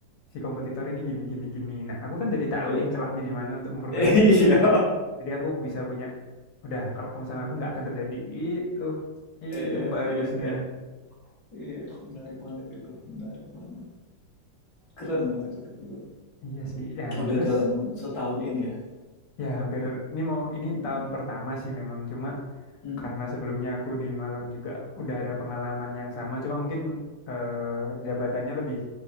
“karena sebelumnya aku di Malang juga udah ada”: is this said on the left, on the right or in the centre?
Left